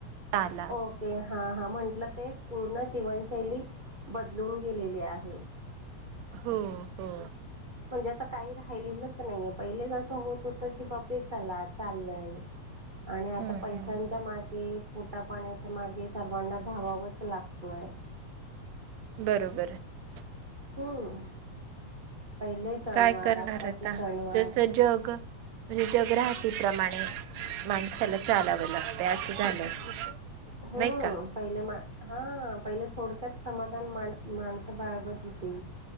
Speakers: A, on the right; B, on the right.
A: आला
B: ओके हा हा म्हंटलं ते पूर्ण जीवनशैली बदलून गेलेली आहे
A: हो हो
B: म्हणजे आता काही राहिलेलंच नाहीय पहिले कसं होत होत की बापरे चला चाललय आणि आता
A: हम्म
B: पैशांच्या मागे पोटा पाण्याच्या मागे सर्वांना धावावंच लागतं पय
A: बरोबर आहे
B: हम्म पहिले सणवार
A: काय करणार
B: आत्ताचे
A: आता
B: सणवार
A: जसं जग म्हणजे जग्रहटीप्रमाणे माणसाला चालावं लागतंय असं झालं
B: हम्म
A: नाही का
B: पहिले म हा पहिले थोडक्यात समाधान माण माणसं बाळगत होते